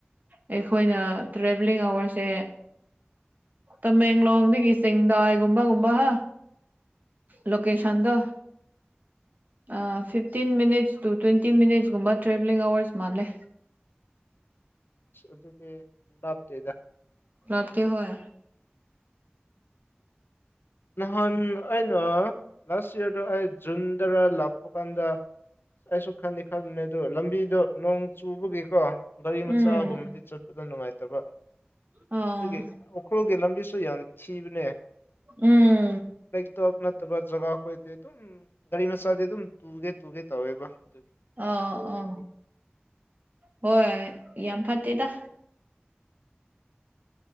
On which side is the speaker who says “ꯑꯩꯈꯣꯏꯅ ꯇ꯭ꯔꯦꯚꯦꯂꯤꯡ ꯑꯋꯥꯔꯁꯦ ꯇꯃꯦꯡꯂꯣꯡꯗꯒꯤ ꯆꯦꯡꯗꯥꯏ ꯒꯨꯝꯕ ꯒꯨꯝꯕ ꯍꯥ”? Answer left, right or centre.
Right